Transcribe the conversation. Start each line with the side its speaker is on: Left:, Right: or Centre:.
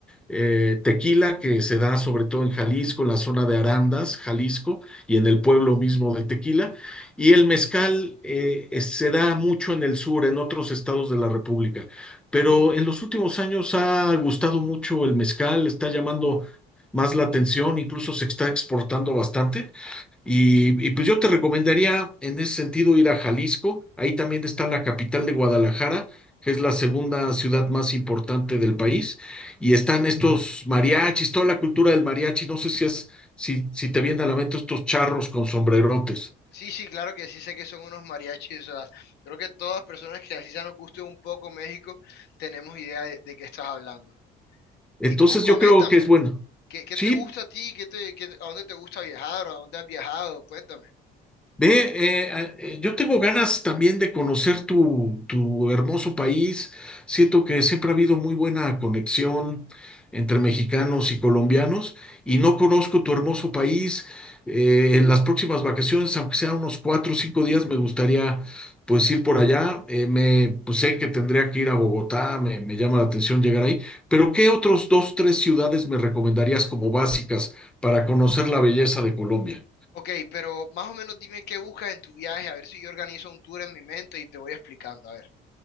Centre: eh, tequila, que se da sobre todo en Jalisco, en la zona de Arandas, Jalisco, y en el pueblo mismo de Tequila. Y el mezcal eh, es- se da mucho en el sur, en otros estados de la República. Pero en los últimos años ha gustado mucho el mezcal, está llamando más la atención, incluso se está exportando bastante. Y, y, pues yo te recomendaría en ese sentido ir a Jalisco, ahí también está la capital de Guadalajara, que es la segunda ciudad más importante del país, y están estos mariachis, toda la cultura del mariachi, no sé si, es, si, si te vienen a la mente estos charros con sombrerotes.
Left: Sí, sí, claro que sí sé que son unos mariachis, o sea, creo que todas personas que así sea nos guste un poco México, tenemos idea de, de qué estás hablando.
Centre: Entonces
Left: Y tú, coméntame,
Centre: yo creo que es bueno.
Left: ¿qué, qué
Centre: Sí,
Left: te gusta a ti? ¿Qué te, qué- a dónde te gusta viajar? ¿A dónde has viajado? Cuéntame.
Centre: Ve, eh, eh, yo tengo ganas también de conocer tu, tu hermoso país. Siento que siempre ha habido muy buena conexión entre mexicanos y colombianos y no conozco tu hermoso país. Eh, en las próximas vacaciones, aunque sea unos cuatro o cinco días, me gustaría pues ir por allá. Eh, me, pues sé que tendría que ir a Bogotá, me, me llama la atención llegar ahí. Pero ¿qué otros dos, tres ciudades me recomendarías como básicas para conocer la belleza de Colombia?
Left: Ok, pero más o menos dime qué buscas en tu viaje, a ver si yo organizo un tour en mi mente y te voy explicando, a ver.